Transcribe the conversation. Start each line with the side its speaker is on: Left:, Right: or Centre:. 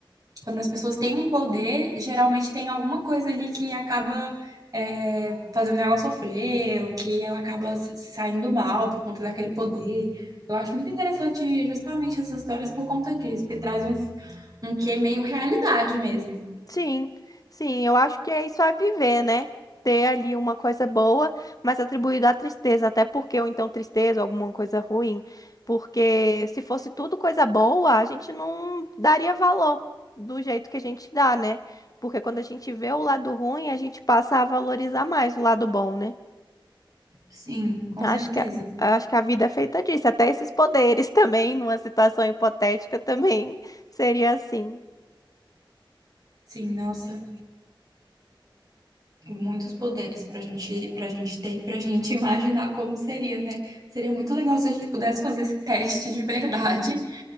Right: quando as pessoas têm um poder, geralmente tem alguma coisa ali que acaba é, fazendo ela sofrer, ou que ela acaba s- saindo mal por conta daquele poder. Eu acho muito interessante justamente essas histórias por conta disso, porque traz um, um quê meio realidade mesmo.
Left: Sim, sim, eu acho que é isso é viver, né? Ter ali uma coisa boa, mas atribuído à tristeza, até porque, ou então tristeza, alguma coisa ruim, porque se fosse tudo coisa boa, a gente não daria valor do jeito que a gente dá, né? Porque quando a gente vê o lado ruim, a gente passa a valorizar mais o lado bom, né?
Right: Sim, com
Left: Acho
Right: certeza.
Left: que a, acho que a vida é feita disso, até esses poderes <laughs> também, numa situação hipotética também seria assim.
Right: Sim, nossa, muitos poderes para gente, para gente ter e para gente <laughs> imaginar como seria, né? Seria muito legal se a gente pudesse fazer esse teste de verdade